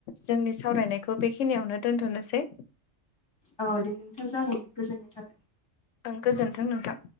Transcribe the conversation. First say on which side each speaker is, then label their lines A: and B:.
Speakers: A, on the left; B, on the left.
A: जोंनि सावरायनायखौ बेखिनियावनो दोनथ'नोसै।
B: औ दे नोंथाङा जागोन दे गोजोनथों।
A: ओं गोजोन्थों नोंथां।